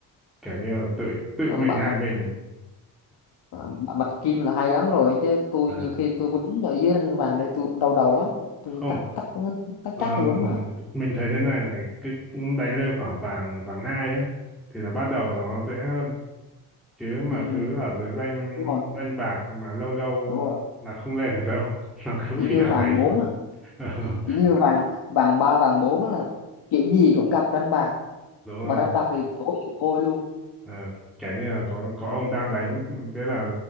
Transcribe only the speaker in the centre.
kiểu như là tự tự
mình
hại
mình.
Ờ,
không,
ờ,
mình thấy thế này này, cứ đánh lên khoảng vàng vàng hai ấy, thì là bắt đầu nó dễ hơn. Chứ mà
cứ ở dưới rank
rank bạc mà lâu lâu
là không lên được đâu. <laughs> Nó cứ
bị ở
đấy
thôi. <laughs> Ờ,
đúng
rồi.
Ờ, kiểu như là có có ông đang đánh ừ, thế là